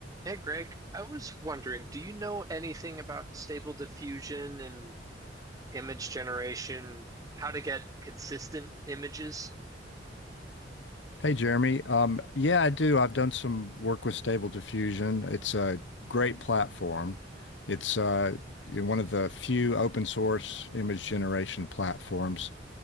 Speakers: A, on the right (about 20°); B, on the left (about 85°).
A: Hey Greg, I was wondering, do you know anything about stable diffusion and image generation? How to get consistent images?
B: Hey Jeremy. Um, yeah, I do. I've done some work with Stable Diffusion. It's a great platform. It's uh, you know, one of the few open source image generation platforms